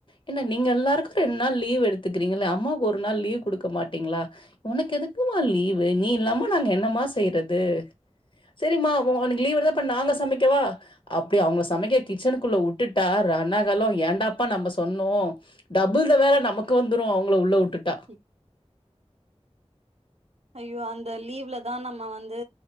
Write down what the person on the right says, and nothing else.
உஹ ஐயோ அந்த லீவ்ல தா நம்ம வந்து